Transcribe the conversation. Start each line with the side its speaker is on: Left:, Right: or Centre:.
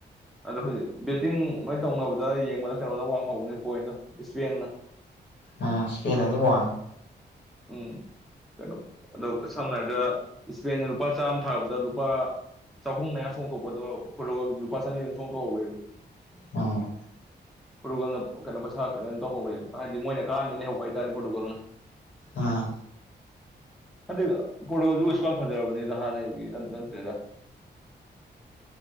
Centre: ꯑꯗꯣ ꯍꯧꯖꯤꯛ ꯕꯦꯇꯤꯡ ꯃꯣꯏ ꯇꯧꯅꯕꯗ ꯌꯦꯡꯕꯗ ꯀꯩꯅꯣꯅ ꯋꯥꯡꯍꯧꯕꯅꯦ ꯄꯣꯏꯟꯗꯣ ꯁ꯭ꯄꯦꯟꯅ
Left: ꯎꯝ ꯁ꯭ꯄꯦꯟꯅ ꯑꯗꯨꯝ ꯋꯥꯡꯉꯦ
Centre: ꯎꯝ ꯀꯩꯅꯣ ꯑꯗꯣ ꯁꯝꯅ ꯍꯥꯏꯔꯕꯗ ꯁ꯭ꯄꯦꯟꯅ ꯂꯨꯄꯥ ꯆꯥꯝꯃ ꯊꯥꯕꯗ ꯂꯨꯄꯥ ꯆꯍꯨꯝ ꯃꯌꯥ ꯆꯣꯡꯊꯣꯛꯄꯗꯣ ꯄꯣꯔꯇꯨꯒꯜꯒꯤ ꯂꯨꯄꯥ ꯆꯅꯤꯗꯪ ꯆꯣꯡꯊꯣꯛꯍꯧꯋꯦꯕ
Left: ꯎꯝ
Centre: ꯄꯣꯔꯇꯨꯒꯜꯅ ꯀꯩꯅꯣ ꯄꯩꯁꯥ ꯀ ꯇꯧꯍꯧꯋꯦꯕ ꯍꯥꯏꯗꯤ ꯃꯣꯏꯅ ꯀꯥꯔꯅꯤꯅ ꯂꯩꯍꯧꯕ ꯍꯥꯏꯇꯥꯔꯦ ꯄꯣꯔꯇꯨꯒꯜꯅ
Left: ꯑꯥ
Centre: ꯍꯟꯗꯤ ꯄꯣꯔꯇꯨꯒꯜꯒꯤ ꯑꯣꯏ ꯁꯀꯥꯜ ꯐꯖꯔꯕꯅꯤꯅ ꯍꯥꯟꯅꯒꯤ ꯅꯇ ꯅꯠꯇꯦꯗ <inaudible>